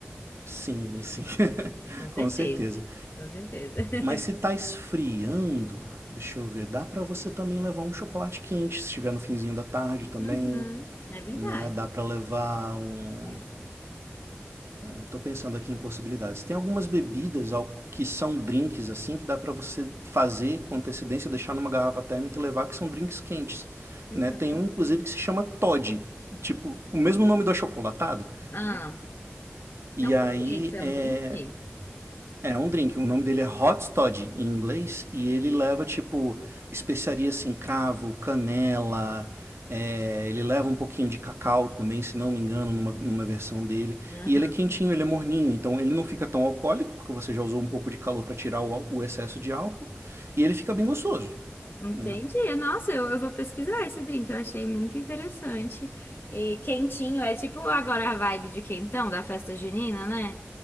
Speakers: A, on the right (about 70°); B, on the left (about 45°).
A: Sim, sim, <laughs>
B: Com certeza.
A: com certeza.
B: Com certeza. <laughs>
A: Mas se tá esfriando, deixa eu ver, dá pra você também levar um chocolate quente, se estiver no finzinho da tarde também,
B: Uhum, é verdade.
A: né? Dá pra levar um,
B: É.
A: estou pensando aqui em possibilidades. Tem algumas bebidas al- que são drinks assim que dá para você fazer com antecedência, deixar numa garrafa térmica e levar que são drinks quentes,
B: Uhum.
A: né? Tem um inclusive que se chama Todd, tipo o mesmo nome do achocolatado.
B: Ah,
A: E
B: não
A: aí
B: conheço, é
A: é,
B: um drink?
A: é um drink. O nome dele é Hot Toddy em inglês e ele leva tipo especiarias assim, cravo, canela. é, ele leva um pouquinho de cacau também, se não me engano, numa, numa versão dele.
B: Aham.
A: E ele é quentinho, ele é morninho, então ele não fica tão alcoólico, porque você já usou um pouco de calor para tirar o, o excesso de álcool. E ele fica bem gostoso,
B: Entendi.
A: né?
B: Nossa, eu, eu vou pesquisar esse drink, eu achei muito interessante. E quentinho, é tipo agora a vibe de quentão da festa junina, né?